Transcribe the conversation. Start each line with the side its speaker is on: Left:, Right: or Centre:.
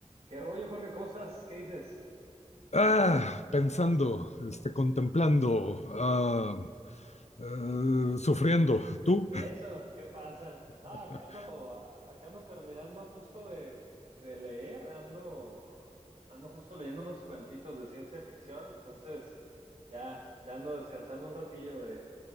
Right: ¿Qué rollo, Jorge? ¿Cómo estás? ¿Qué dices?
Left: Ah, pensando, este, contemplando, ah, eh, sufriendo. ¿Tú?
Right: Eso, ¿qué pasa? No,
Left: <laughs>
Right: acá ando, a- acá ando terminando justo de, de leer, ando, ando justo leyendo unos cuentitos de ciencia ficción, entonces ya, ya ando descansando un ratillo de,